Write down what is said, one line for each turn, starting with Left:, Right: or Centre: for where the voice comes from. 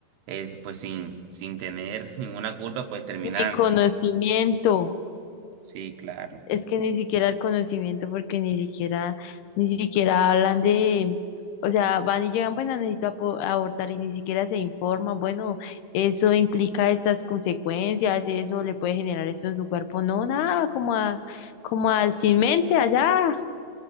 Right: es pues sin, sin tener <laughs> ninguna culpa, pues terminan.
Left: ni conocimiento.
Right: Sí, claro.
Left: Es que ni siquiera el conocimiento, porque ni siquiera, ni siquiera hablan de, o sea, van y llegan, bueno, necesito apo- abortar y ni siquiera se informan, bueno, eso implica estas consecuencias, eso le puede generar eso en su cuerpo. No, nada, como a, como al sin mente allá,